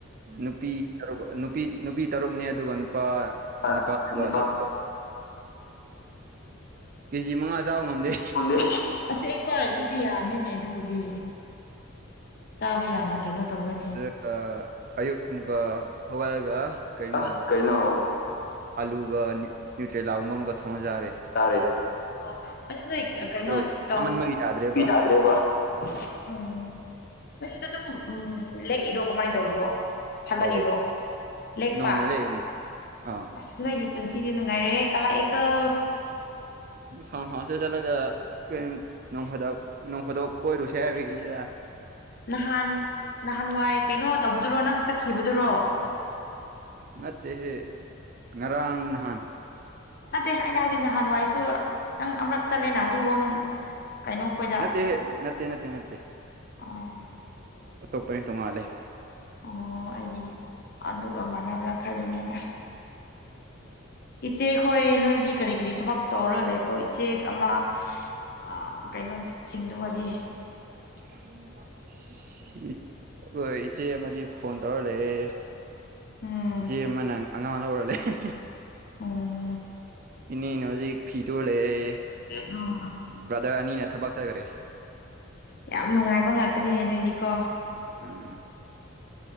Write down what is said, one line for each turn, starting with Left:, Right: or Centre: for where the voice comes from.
Right: ꯅꯨꯄꯤꯨ <unintelligible> ꯅꯨꯄꯤ ꯅꯨꯄꯤ ꯇꯔꯨꯛꯅꯦ ꯑꯗꯨꯒ ꯅꯨꯄꯥ
Left: <unintelligible>
Right: ꯅꯤꯄꯥꯜꯅꯦꯕ
Left: ꯑꫭ
Right: ꯆꯠꯄꯗꯣ ꯀꯦꯖꯤ ꯃꯉꯥ ꯆꯥꯕ ꯉꯝꯗꯦ
Left: <unintelligible> ꯑꯁꯦꯡꯕ ꯑꯗꯨꯗꯤ ꯌꯥꯝꯃꯤꯅꯦ ꯑꯗꯨꯕꯨꯗꯤ ꯆꯥꯕ ꯌꯥꯝꯅ ꯀꯩꯅꯣ ꯇꯧꯒꯅꯤ
Right: ꯑ ꯑꯌꯨꯛ ꯑꯃꯨꯛꯀ ꯍꯧꯒꯠꯂꯒ ꯀꯩꯅꯣ
Left: ꯑ ꯀꯩꯅꯣ
Right: ꯑꯂꯨꯒ ꯅ꯭ꯌꯨꯇ꯭ꯔꯦꯂꯥꯒꯨꯝꯕ ꯑꯃꯒ ꯊꯣꯡꯉ ꯆꯥꯔꯦ
Left: ꯆꯥꯔꯦ ꯑꯣ ꯑꯗꫭ ꯅꯣꯏ ꯀꯩꯅꯣ
Right: ꯑꯗꯣ
Left: ꯇꯧ
Right: ꯁꯥꯃꯟꯕꯒꯤ ꯌꯥꯗ꯭ꯔꯦꯕ
Left: <unintelligible> ꯇꯥꯗ꯭ꯔꯦꯕ ꯎꯝ ꯅꯣꯏ ꯑꯗꯨꯗ ꯗꯨꯝ ꯎꯝ ꯂꯦꯛꯏꯔꯣ ꯀꯃꯥꯏ ꯇꯧꯔꯤꯔꯣ ꯍꯜꯂꯛꯏꯔꯣ
Right: ꯑꯧ
Left: ꯂꯦꯛꯄ
Right: ꯅꯣꯡꯃ ꯂꯩꯅꯤ ꯑꯥ
Left: ꯑꯁ ꯅꯣꯏꯒꯤ ꯄꯨꯟꯁꯤꯗꯤ ꯅꯨꯡꯉꯥꯏꯔꯦꯍꯦ ꯀꯜꯂꯛꯏꯀꫭ
Right: ꯐꯥꯔꯝ ꯍꯥꯎꯁꯇ ꯆꯠꯂꯒ <unintelligible> ꯅꯣꯡ ꯐꯥꯗꯣꯛ ꯀꯣꯏꯔꯨꯁꯦ ꯍꯥꯏꯕꯒꯤꯅꯤꯗ
Left: ꯅꯍꯥꯟ ꯅꯍꯥꯟꯋꯥꯏ ꯀꯩꯅꯣ ꯇꯧꯕꯗꯨꯔꯣ ꯅꯪ ꯆꯠꯈꯤꯕꯗꯨꯔꯣ
Right: ꯅꯠꯇꯦꯍꯦ ꯉꯔꯥꯡ ꯅꯍꯥꯟ
Left: ꯅꯠꯇꯦ ꯑꯩꯅ ꯍꯥꯏꯗꯤ ꯅꯍꯥꯟꯋꯥꯏꯁꯨ ꯅꯪ ꯑꯃꯔꯛ ꯆꯠꯂꯦꯅ ꯑꯗꯨꯔꯣꯝ ꯀꯩꯅꯣ ꯈꯣꯏꯗ
Right: ꯅꯠꯇꯦꯍꯦ ꯅꯠꯇꯦ ꯅꯠꯇꯦ ꯅꯠꯇꯦ
Left: ꯑꯣ
Right: ꯑꯇꯣꯞꯄꯅꯦ ꯇꯣꯡꯉꯥꯜꯂꯦ
Left: ꯑꯣ ꯑꯩꯗꯤ ꯑꯗꯨꯒ ꯃꯥꯟꯅꯕ꯭ꯔ‌ ꯈꯜꯂꯤꯅꯤꯗ ꯏꯆꯦ ꯍꯣꯏ ꯅꯣꯏꯗꯤ ꯀꯔꯤ ꯀꯔꯤ ꯊꯕꯛ ꯇꯧꯔꯒ ꯂꯩꯕ꯭ꯔꯣ ꯏꯆꯦꯛ ꯑꯃ
Right: <unintelligible>
Left: ꯑ ꯀꯩꯅꯣ ꯁꯤꯡꯗꯨꯒꯗꯤ
Right: <unintelligible> ꯍꫭꯏ ꯏꯆꯦ ꯑꯃꯗꯤ ꯐꯣꯟ ꯇꯧꯔ ꯂꯩꯌꯦ
Left: ꯎꯝ
Right: ꯏꯆꯦ ꯑꯃꯅ ꯑꯉꯥꯡ ꯂꯧꯔ ꯂꯩ <unintelligible>
Left: ꯎꯝ
Right: ꯏꯅꯤꯅ ꯍꯧꯖꯤꯛ ꯐꯤ ꯇꯨꯔ ꯂꯩꯔꯦ
Left: <unintelligible>
Right: ꯕ꯭ꯔꯗꯔ ꯑꯅꯤꯅ ꯊꯕꯛ ꯆꯠꯈ꯭ꯔꯦ
Left: ꯌꯥꯝ ꯅꯨꯡꯉꯥꯏꯕ ꯉꯥꯛꯇꯅꯤꯅꯦ ꯅꯣꯏꯗꯤꯀꯣ
Right: ꯎꯝ